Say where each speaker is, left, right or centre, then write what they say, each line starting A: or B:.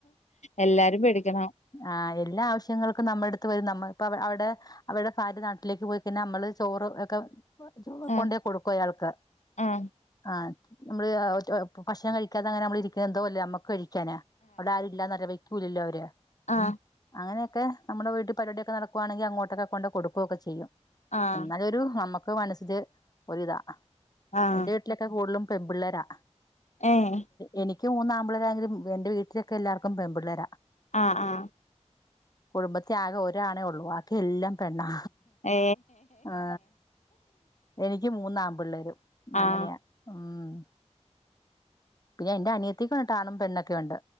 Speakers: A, on the left; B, on the left.
A: എല്ലാരും പേടിക്കണം
B: ആ എല്ലാ ആവശ്യങ്ങൾക്കും നമ്മുടെ അടുത്ത് വരും നമ്മ ഇ അവിടെ അവിടെ ഭാര് നാട്ടിലേക്ക് പോയിക്കന്ന നമ്മള് ചോറ് ഒക്കെ
A: ആഹ്
B: കൊണ്ടോയി കൊടുക്കും അയാൾക്ക്
A: ആഹ്
B: ആഹ നമ്മള് ഭക്ഷണം കഴിക്കാതങ്ങനെ നമ്മള ഇരിക്കുന്നത് എന്തോല്ല നമ്മക്ക് കഴിക്കാന് അവിടെ ആരും ഇല്ല കുലല്ലോ അവര്
A: ആ
B: അങ്ങനെയക്കെ നമ്മുടെ വീട്ട പരിപടിയോക്കുകയാണെങ്കിൽങ്ങോട്ടൊക്കെ കൊക്കുകയക്കെ ചെയ്യും
A: ആഹ്
B: എന്നാല ഒരു നമ്മുക്ക് മനസ്സില് ഒരിതാ
A: ആഹ്
B: എന്റെ വീട്ടിലൊക്കെ കൂടുതലും പെൺപിള്ളാരാ.
A: ഏഹ്
B: എനിക്ക് മൂന്നാമ്പളരാങ്കിലും എന്റെ വീട്ടിലൊക്കെ എല്ലാവർക്കും പെൺപിള്ളാരാ
A: ആ ആ
B: കുടുംബത്തിൽ ആകെ ഒരാണേ ഉള്ളൂ ബാക്കിയെല്ലാം പെണ്ണാ
A: ഏ
B: ആ എനിക്ക് എനിക്ക് മൂന്നാമ്പിള്ളേരും, അങ്ങനെയാ
A: ആഹ്
B: ഉം പിന്നെ എന്റെ അനിയത്തിക്കായിട്ട് ആണും പെണ്ണൊക്കെയുണ്ട്.